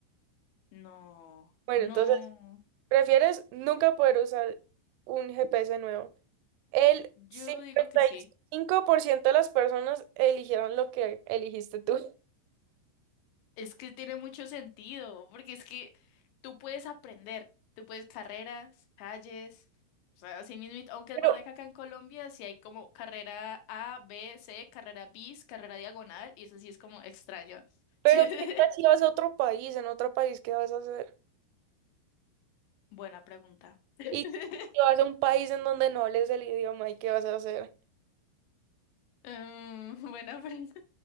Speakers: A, on the left; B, on the right.
A: No,
B: Bueno,
A: no.
B: entonces... ¿Prefieres nunca poder usar un GPS nuevo? El
A: Yo
B: cincuenta
A: digo que sí.
B: y cinco por ciento de las personas eligieron lo que eligiste tú. <laughs>
A: Es que tiene mucho sentido, porque es que tú puedes aprender, tú puedes carreras, calles, o sea, así mismo, aunque
B: Pero,
A: es verdad que acá en Colombia sí hay como carrera A, B, C, carrera bis, carrera diagonal, y eso sí es como extraño.
B: pero
A: <laughs>
B: ¿qué tal si vas a otro país? ¿En otro país qué vas a hacer?
A: Buena pregunta. <laughs>
B: Y si vas a un país en donde no hables el idioma, ¿y qué vas a hacer?
A: Mm, buena pregunta.